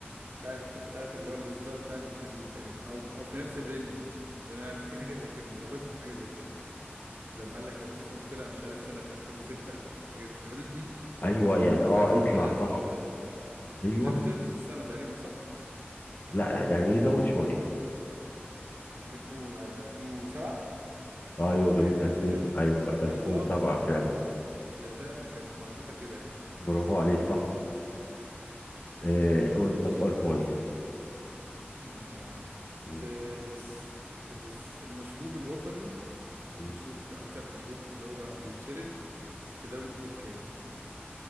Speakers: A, on the right (about 60°); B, on the left (about 45°).
A: بتاعت بتاعت اللي هو الإصدار بتاع الفيسبوك تقريبا أو أو في نفس الرينج لأن أنا فاكر حاجة زي كده أنا رابطها بحاجة زي كده لما قال لك لما الفيسبوك طلع مش عارف سنة 2006 حاجة في الحدود دي
B: ايوه
A: و-
B: يعني اه
A: والآيفون
B: اطلع
A: طلع في
B: صح ايوه
A: الآيفون طلع في نفس السنة تقريبا صح؟
B: لا يعني يزود شوية
A: 2000 و- 2007
B: ايوه
A: ما
B: جميل
A: هي في
B: 2000
A: نفس الرينج
B: ايوه 2007
A: هو اه بالظبط
B: فعلا
A: هو هي فعلا كانت مربوطة كده يعني
B: برافو عليك صح آه
A: ماشي
B: قول لي بقى سؤال كويس
A: ماشي يا عم
B: مم.
A: إيه بص إيه بص المشروب الوطني
B: مم.
A: مشروب أكتر مشروب اللي هو بيتشرب في دولة تركيا